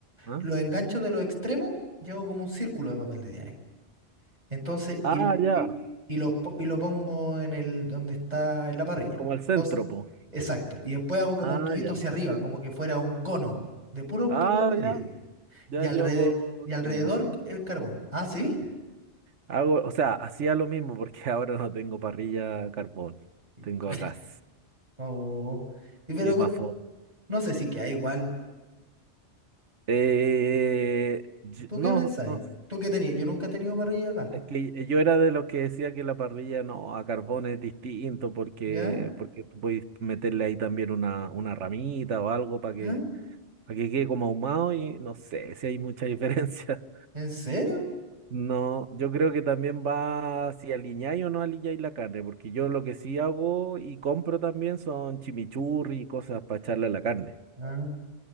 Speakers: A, on the right; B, on the right.
A: ¿Ah?
B: los engancho de los extremos y hago como un círculo de papel de diario. Entonces,
A: Ah,
B: y lo,
A: ya,
B: y, y lo po- y lo pongo en el donde está en la parrilla.
A: como el centro,
B: Entonces,
A: pues,
B: exacto. Y después hago como
A: ah,
B: un tubito
A: ya,
B: hacia arriba, como que fuera un cono de puro papel
A: ah,
B: de diario.
A: ya, ya
B: Y alrededor,
A: yo hago
B: y
A: lo
B: alrededor
A: mismo,
B: el carbón. ¿Ah, sí?
A: hago, o sea, hacía lo mismo porque <laughs> ahora no tengo parrilla a carbón,
B: <laughs>
A: tengo a gas,
B: Oh. Y pero
A: y
B: co-
A: más
B: no sé si queda igual.
A: Eh, yo-
B: ¿Tú
A: no,
B: qué pensáis?
A: no,
B: ¿Tú qué tenías? Yo nunca he tenido parrilla acá.
A: es que yo era de los que decía que la parrilla no, a carbón es distinto porque,
B: ¿Ya?
A: porque tú puedes meterle ahí también una, una ramita o algo para que,
B: ¿Ah?
A: para que quede como ahumado y no sé si hay mucha <laughs> diferencia.
B: ¿En serio?
A: No, yo creo que también va si aliñáis o no aliñáis la carne, porque yo lo que sí hago y compro también son chimichurri y cosas para echarle a la carne.
B: Ah.